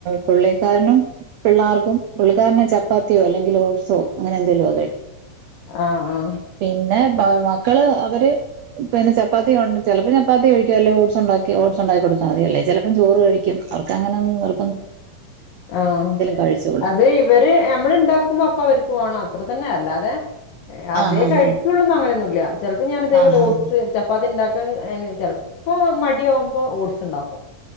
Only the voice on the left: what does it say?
ആ ആ
ആഹ്
അത് ഇവര് നമ്മള് ഉണ്ടാക്കുമ്പോ അപ്പ അവര്ക്ക് വേണം അത്ര തന്നെ അല്ലാതെ അതേ
കഴിക്കൊള്ളുന്നങനൊന്നുല്ലാ ചലപ്പോ ഞാൻ ഇതേപോലെ
ഒഡ്സ് ചപ്പാത്തി ഉണ്ടാ <unintelligible> ചെലപോ മടിയാവുമ്പോ ഓട്സ് ഉണ്ടാക്കും